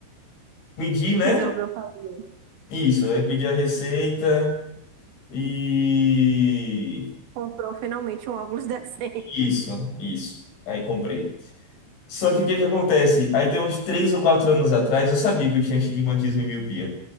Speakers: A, on the left; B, on the right.
A: pedi, né?
B: Resolveu fazer.
A: Isso, aí pedi a receita e
B: Comprou finalmente um óculos <laughs> decente.
A: isso, isso. Aí comprei. Só que o que que acontece? Aí tem uns três ou quatro anos atrás, eu sabia que eu tinha astigmatismo e miopia.